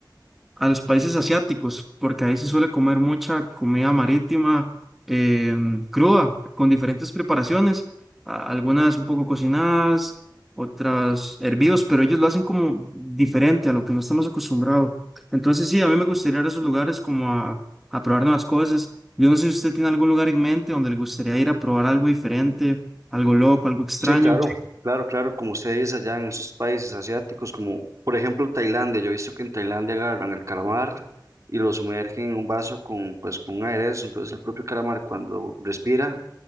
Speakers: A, in the centre; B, on the right.
A: a los países asiáticos, porque ahí se suele comer mucha comida marítima em, cruda, con diferentes preparaciones, a- algunas un poco cocinadas, otras hervidos, pero ellos lo hacen como diferente a lo que no estamos acostumbrados. Entonces sí, a mí me gustaría ir a esos lugares como a, a probar nuevas cosas. Yo no sé si usted tiene algún lugar en mente donde le gustaría ir a probar algo diferente, algo loco, algo extraño.
B: Sí, claro, claro, claro, como ustedes allá en esos países asiáticos, como por ejemplo Tailandia, yo he visto que en Tailandia agarran el calamar y lo sumergen en un vaso con, pues, con un aderezo, entonces el propio calamar cuando respira